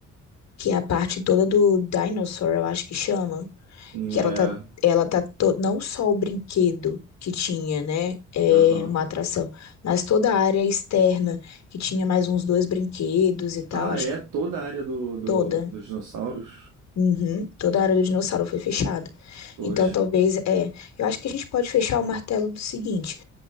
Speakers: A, on the left (about 65°); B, on the right (about 85°).
A: que é a parte toda do Dinosaur, eu acho que chama,
B: É,
A: que ela tá, ela tá to- não só o brinquedo que tinha, né, é
B: aham.
A: uma atração, mas toda a área externa que tinha mais uns dois brinquedos e tal,
B: Ah,
A: acho
B: é
A: que
B: toda a área do, do-
A: toda,
B: dos dinossauros?
A: uhum, toda a área do dinossauro foi fechada.
B: Poxa.
A: Então talvez é, eu acho que a gente pode fechar o martelo do seguinte.